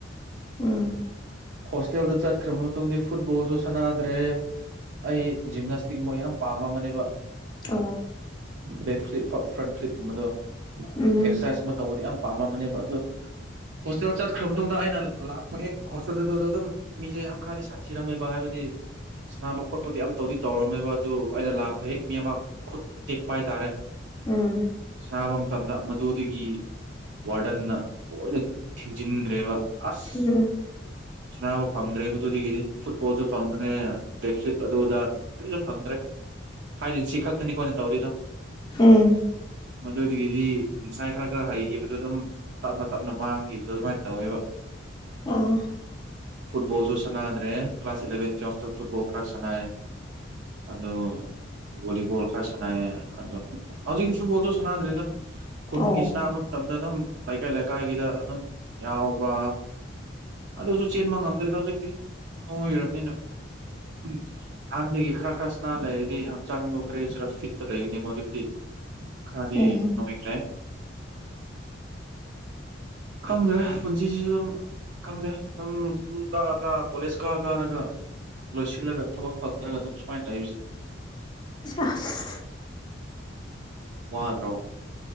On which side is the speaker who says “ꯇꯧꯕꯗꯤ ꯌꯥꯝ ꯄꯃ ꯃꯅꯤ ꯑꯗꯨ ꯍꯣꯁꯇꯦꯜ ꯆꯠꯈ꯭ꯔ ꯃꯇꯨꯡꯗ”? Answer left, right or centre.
Right